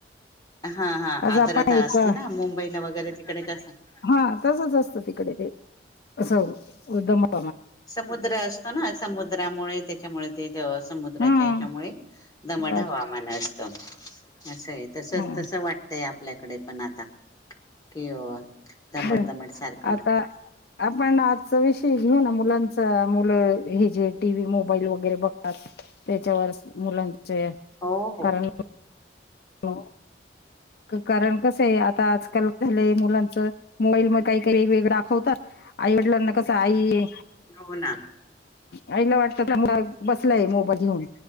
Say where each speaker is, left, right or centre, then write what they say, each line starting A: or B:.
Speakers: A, on the left; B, on the left.
A: हा हा
B: आज
A: आर्द्रता
B: आपण एक
A: असते ना. मुंबईला वगैरे तिकडे कसा --
B: हा तसच असतं तिकडे ते असं उद्धम --
A: समुद्र असतो ना. समुद्रामुळे त्याच्यामुळे ते -- समुद्राच्या
B: हा
A: याच्यामुळे दमट
B: बस
A: हवामान असत. असं हाय. तसच
B: ह
A: तसं वाटतय आपल्याकडे पण आता कि दमट
B: ह
A: दमट सारखा
B: आता आपण आजचा विषय घेऊ ना. मुलांचा मुलं -- हे जे टीव्ही मोबाईल वगैरे बघतात त्याच्यावर मुलां च्या
A: हो हो
B: कारण -- हो. कारण कसंयं आता आजकाल झालंय मुलांचं मोबाईल काही काही वेगवेगळे दाखवतात. आई वडलांना कस आई
A: हो ना.
B: आईला वाटतं मला बसलाय मोबाईल घेऊन